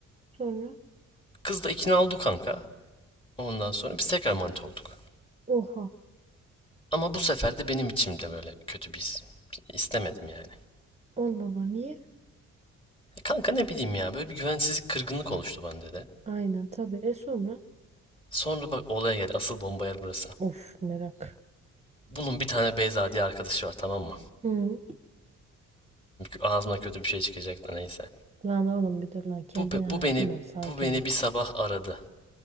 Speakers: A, on the right; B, on the left.
A: Sonra,
B: Kız da ikna oldu kanka. Ondan sonra biz tekrar manita olduk.
A: oha,
B: Ama bu sefer de benim içimde böyle kötü bir his. İstemedim yani.
A: Allah Allah, niye?
B: E kanka ne bileyim ya böyle bir güvensizlik kırgınlık oluştu bende de.
A: Aynen, tabii. E sonra,
B: Sonra bak olaya gel asıl bomba yer burası.
A: of, merak.
B: Bunun bir tane Beyza diye arkadaşı var tamam mı?
A: Hı.
B: Ağzına kötü bir şey çıkacak da neyse.
A: Lan oğlum bir dur lan, kendine
B: Bu,
A: hakim
B: bu beni
A: ol, sakin
B: bu beni
A: ol.
B: bir sabah aradı.